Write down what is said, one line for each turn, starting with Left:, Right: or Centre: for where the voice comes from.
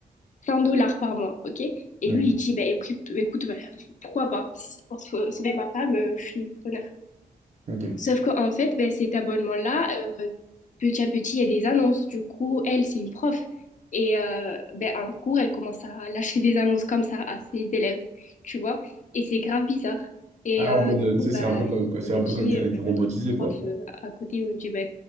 Left: 100 dollars par mois, ok? Et
Right: Ok.
Left: lui, il dit, bah, écoute, écoute bah, pourquoi pas? Si c'est Pour sau- sauver ma femme, euh, je suis preneur.
Right: ok.
Left: Sauf qu'en fait, bah, cet abonnement-là, euh, petit à petit, il y a des annonces. Du coup, elle, c'est une prof. Et euh, ben, un cours, elle commence à lâcher des annonces comme ça à ses élèves, tu vois? Et c'est grave bizarre. Et
Right: Ah,
Left: euh,
Right: en mode,
Left: du
Right: euh,
Left: coup,
Right: tu sais,
Left: bah,
Right: c'est un peu comme,
Left: ils
Right: c'est
Left: ont
Right: un peu
Left: dit,
Right: comme si elle
Left: euh,
Right: était robotisée,
Left: les profs
Right: quoi.
Left: euh, à à côté, ils ont dit, bah,